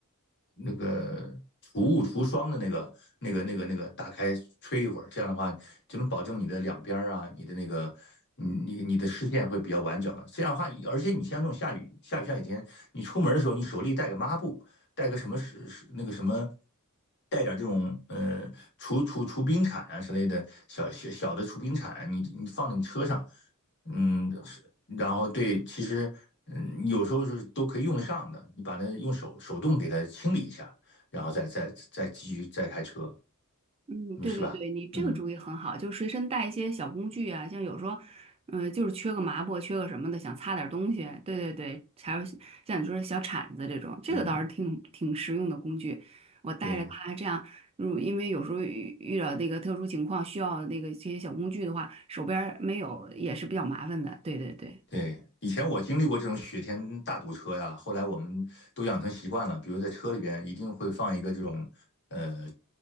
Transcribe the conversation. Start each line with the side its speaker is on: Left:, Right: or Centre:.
Left: 那个除雾除霜的那个那个那个那个打开吹一会儿，这样的话就能保证你的两边儿啊，你的那个你你你的视线会比较完整了。这样的话，而且你像这种下雨下雨下雨天，你出门的时候，你手里带个抹布，带个什么是是那个什么。带点这种呃除除除冰铲啊之类的小小小的除冰铲啊，你你放在你车上，嗯，然后对，其实嗯，有时候是都可以用得上的。你把那用手手动给它清理一下，然后再再再继续再开车，
Right: 嗯，
Left: 你说是吧？
Right: 对对对，你这个主意很好，
Left: 嗯
Right: 就是随身带一些小工具啊，像有时候，嗯，就是缺个抹布，缺个什么的，想擦点东西，对对对，还有像你说的小铲子这种，这个倒是挺挺实用的工具。
Left: 嗯，
Right: 我带着它，
Left: 对。
Right: 这样，如因为有时候遇遇到那个特殊情况需要那个这些小工具的话，手边儿没有也是比较麻烦的。对对对。
Left: 对，以前我经历过这种雪天大堵车呀，后来我们都养成习惯了，比如在车里边一定会放一个这种，呃，